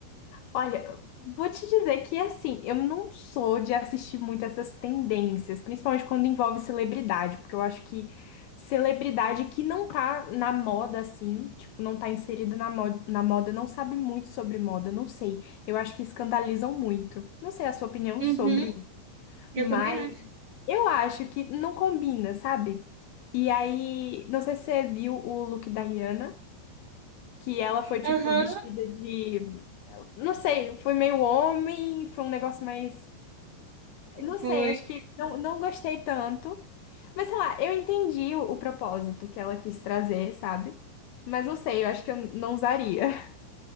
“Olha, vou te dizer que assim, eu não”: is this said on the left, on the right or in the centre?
Left